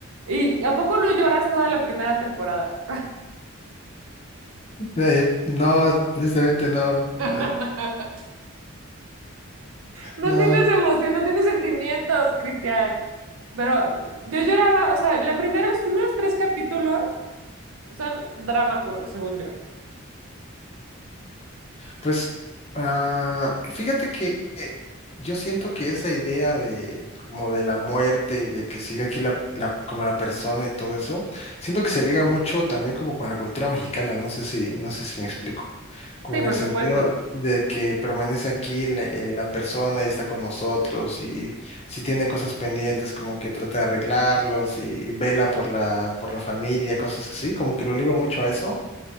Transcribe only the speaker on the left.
Eh, no, tristemente no, no,
no,
Pues ah, fíjate que eh, yo siento que esa idea de como de la muerte y de que sigue aquí la, la- como la persona y todo eso, siento que se liga mucho también como con la cultura mexicana, no sé si, no sé si me explico, como
en
el sentido
de que permanece aquí la, eh, la persona y está con nosotros y si tiene cosas pendientes como que trata de arreglarlos y, vela por la, por la familia, cosas así, como que lo ligo mucho a eso.